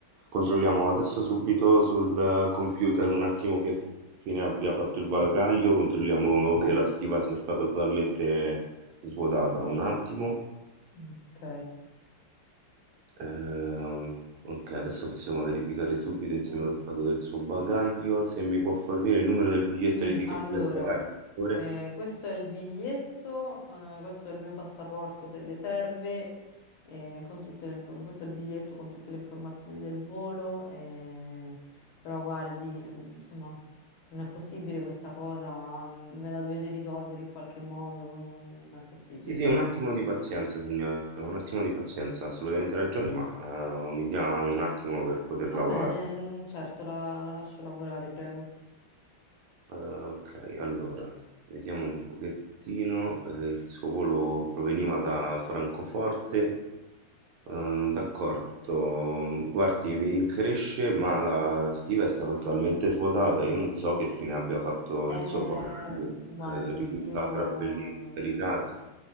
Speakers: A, on the right; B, on the left.
A: Controlliamo adesso subito sul eh, computer un attimo che fine abbia fatto il bagaglio. Controlliamo che la stiva sia stata totalmente svuotata. Un attimo.
B: ok.
A: Ehm, ok, adesso possiamo verificare subito
B: Sì.
A: insieme lo stato del suo bagaglio. Se mi può fornire
B: Sì.
A: il numero del biglietto
B: <clears throat>
A: di etichetta
B: Allora,
A: del bagaglio, per favore.
B: Eh, questo è il biglietto, eh, questo è il mio passaporto se le serve, eh, con tutte le infor- questo è il biglietto con tutte le informazioni del volo, eh, però guardi, mm, insomma, non è possibile questa cosa, mm, me la dovete risolvere in qualche modo, non, non è possibile.
A: Sì, sì, un attimo di pazienza, signora, un attimo di pazienza, ha assolutamente ragione, ma eh, mi dia un attimo per poter
B: Va
A: lavorare.
B: bene, mm, certo, la, la lascio lavorare, prego.
A: Eh, ok, allora, vediamo un pochettino. eh, il suo volo proveniva da Francoforte. Eh, d'accordo, guardi, mi rincresce, ma la stiva è stata totalmente svuotata. Io non so che fine abbia fatto
B: Eh,
A: il suo bagaglio.
B: guardi,
A: eh, risulta
B: io...
A: tra quelli
B: mm,
A: scaricati.